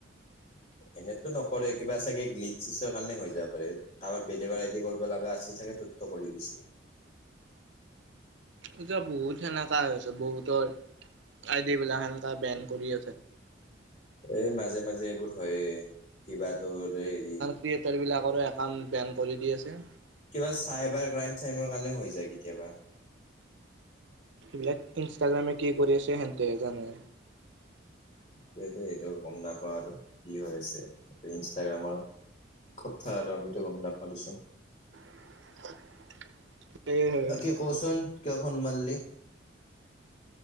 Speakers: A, on the left; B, on the right.
A: এনেতো নকৰে। কিবা চাগে গ্লিচ, চিচৰ কাৰণে হৈ যাব পাৰে। কাৰোবাৰ বেলেগৰ আইডি কৰিব লগা আছিল চাগে। তোৰটো কৰি দিছি।
B: এতিয়া বহুত সেনেকা হৈ আছে। বহুতৰ আইডি বিলাক সেনেকা বেন কৰি আছে।
A: এ! মাজে, মাজে এইবোৰ হৈয়ে কিবাতো দে হেৰি।
B: ক্ৰিয়েটাৰবিলাকৰো একাউণ্ট বেন কৰি দি আছে।
A: কিবা চাইবাৰ ক্ৰাইম-চাইমৰ কাৰণেও হৈ যায় কেতিয়াবা।
B: এইবিলাক ইনষ্টাগ্ৰামে কি কৰি আছে সেহেতেহে জানে।
A: সেইটোৱে এইটো গ'ম নাপাও আৰু কি হৈ আছে ইনষ্টাগ্ৰামৰ। কথা আৰু আমিতো গ'ম নাপাও দিয়াচোন।
B: <inaudible> সেয়ে
A: বাকী ক'চোন কিয় ফোন মাৰলি?